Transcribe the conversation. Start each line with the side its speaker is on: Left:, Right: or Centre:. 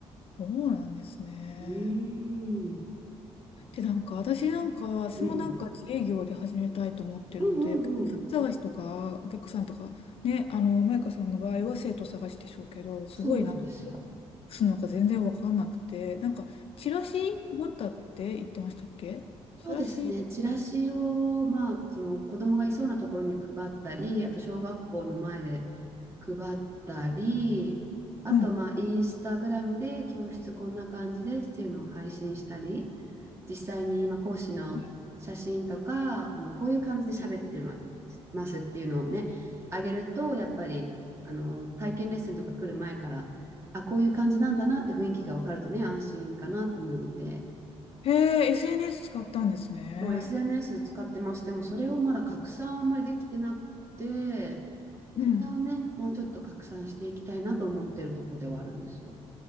Left: そうなんですね。
Right: うーん、
Left: で、なんか、私なんか、私もなんか自営業で始めたいと思ってるので、
Right: うん、うんうんうん、
Left: お客さん探しとか、お客さんとか、ね、あの、マイカさんの場合は生徒探しでしょうけど、すごいなんか、
Right: そうなんですよ。
Left: するのか全然わかんなくて、なんか、チラシ配ったって言ってましたっけチラシ、
Right: そうですね、チラシを、まあ、その子供がいそうなところに配ったり、あと小学校の前で配ったり、あと、
Left: うん。
Right: まあ、インスタグラムで教室こんな感じですっていうのを配信したり、実際に、まあ、講師の写真とか、
Left: はい
Right: あの、こういう感じで喋ってまますっていうのをね、あげると、やっぱり、あの、体験レッスンとか来る前から、あ、こういう感じなんだなって雰囲気が分かるとね、安心かなと思うので、
Left: へえ、SNS 使ったんですね。
Right: そう、SNS 使ってます。でも、それをまだ拡散はあんまりできてなくて、
Left: うん。
Right: それをね、もうちょっと拡散していきたいなと思ってるとこではあるんですよ。